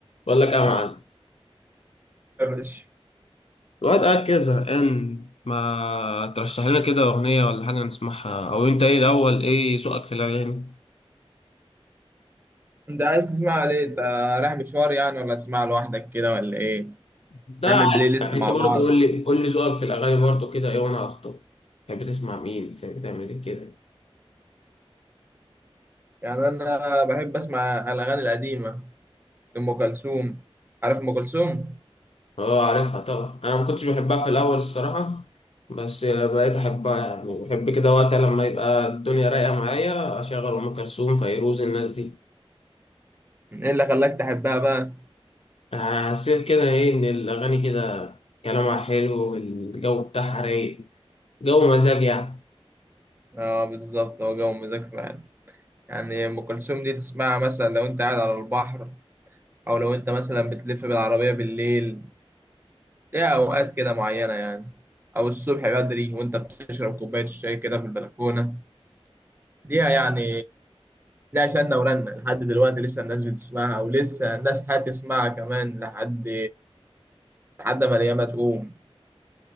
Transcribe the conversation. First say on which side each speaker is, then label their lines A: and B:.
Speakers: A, on the left; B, on the right.
A: بقول لك ايه يا معلم
B: يا باشا
A: الواحد قاعد كده زهقان ما ترشح لنا كده أغنية ولا حاجة نسمعها أو أنت إيه الأول إيه ذوقك في الأغاني؟
B: انت عايز تسمع ليه انت رايح مشوار يعني ولا تسمع لوحدك كده ولا ايه
A: ده
B: نعمل
A: عادي.
B: بلاي ليست
A: يعني
B: مع
A: انت برضه
B: بعض
A: قول لي قول لي ذوقك في الاغاني برضه كده ايه وانا اخطب تحب تسمع مين تحب تعمل ايه كده
B: يعني انا بحب اسمع الاغاني القديمه لام كلثوم عارف ام كلثوم
A: اه عارفها طبعا انا ما كنتش بحبها في الاول الصراحه بس بقيت احبها يعني بحب كده وقت لما يبقى الدنيا رايقه معايا اشغل ام كلثوم فيروز الناس دي
B: ايه اللي خلاك تحبها بقى
A: يعني حسيت كده ايه ان الاغاني كده كلامها حلو والجو بتاعها رايق جو مزاج يعني
B: اه بالظبط هو جو مزاج فعلا يعني ام كلثوم دي تسمعها مثلا لو انت قاعد على البحر او لو انت مثلا بتلف بالعربيه بالليل ليها اوقات كده معينه يعني او الصبح بدري وانت بتشرب كوبايه الشاي كده في البلكونه ليها يعني ليها شنة ورنة لحد دلوقتي لسه الناس بتسمعها ولسه الناس هتسمعها كمان لحد لحد ما الأيام تقوم